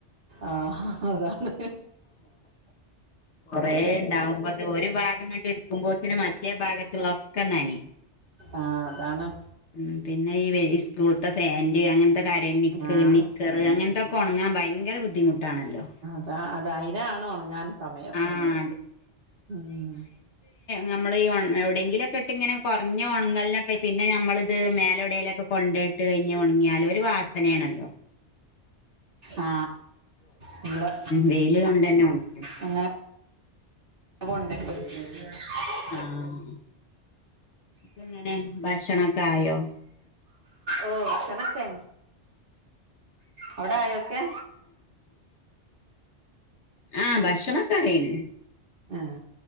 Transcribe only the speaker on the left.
കുറേ ഉണ്ടാവുമ്പോ അ ഒരു ഭാഗം കണ്ട എടുക്കുമ്പോത്തിനന് മറ്റേ ഭാഗത്തുള്ളൊക്കെ നനി
ഉം പിന്നെ ഈ ഈ സ്കൂളത്തെ ഫാന്റ് അങ്ങനത്തെ കാര്യം നിക്ക്
നി അങ്ങനത്തെൊക്കെ ഉണങ്ങാൻ ഭയങ്കര ബുദ്ധിമുട്ടാണല്ലോ
ആഹ്
നമ്മൾ ഈ എവിടെയെങ്കിലുംക്കെ ഇട്ട് ഇങ്ങനെ കുറഞ്ഞ ഉണങ്ങളിലൊക്കെ പിന്നെ നമ്മളിത് മേലെടയിലൊക്കെ കൊണ്ടേട്ട് കഴിഞ് മുണങ്ങിയാല ഒരു വാസനയാണല്ലോ
വെയില കൊണ്ട് തന്നെ ഉണ്
ആഹ് എങ്ങനെ ഭക്ഷണൊക്കെ ആയോ
ആ ആഹ് ഭക്ഷണകായ്ണ്